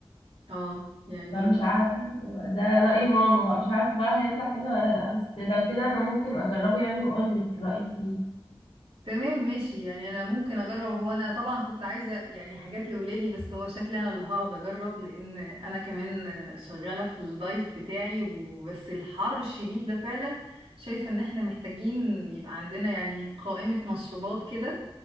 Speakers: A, on the right (about 75°); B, on the left (about 80°).
A: اه يعني
B: فمش عارفه ده راي ماما بقى مش عارفه بقى هيطلع حلو ولا لا بس لو كده انا ممكن اجربه يعني واقول لك رايي فيه
A: تمام ماشي يعني انا ممكن اجرب هو انا طبعا كنت عايزه يعني حاجات لولادي بس هو شكلي انا اللي هقعد اجرب لان انا كمان شغاله في الدايت بتاعي وبس الحر الشديد ده فعلا شايفه ان احنا محتاجين يبقى عندنا يعني قائمه مشروبات كده